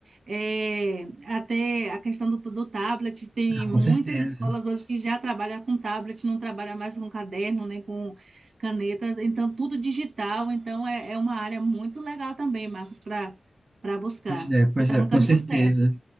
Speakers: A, on the right; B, on the right.
A: É, até a questão do, do tablet, tem
B: Ah,
A: muitas
B: Com certeza.
A: escolas hoje que já trabalham com tablet, não trabalham mais com caderno, nem com caneta, então tudo digital. Então é, é uma área muito legal também, Marcos, para para buscar.
B: Pois é, pois
A: Você está
B: é,
A: no
B: com
A: caminho
B: certeza.
A: certo,